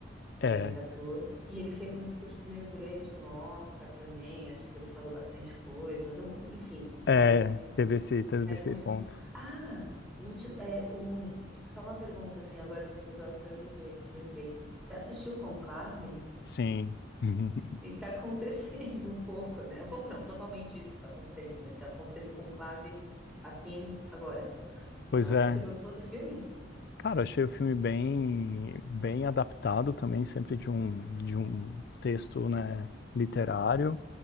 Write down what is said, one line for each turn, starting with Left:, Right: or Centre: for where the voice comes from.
Centre: é
Left: É,
Centre: esse ator. E ele fez um discurso meio grande no Oscar também, acho que ele falou bastante coisa, não, enfim,
Left: é,
Centre: mas.
Left: teve esse, teve
Centre: Quero
Left: esse
Centre: muito.
Left: ponto.
Centre: Ah, o último. É, o... Só uma pergunta, assim, agora você falou do Oscar, eu lembrei. Eu lembrei. Você assistiu Conclave?
Left: Sim. <laughs>
Centre: E tá acontecendo <laughs> um pouco, né? Um pouco não, totalmente isso tá acontecendo, né? Tá acontecendo Conclave assim agora.
Left: Pois
Centre: Mas
Left: é.
Centre: você gostou do filme?
Left: Cara, achei o filme bem, bem adaptado também, sempre de um, de um texto, né, literário,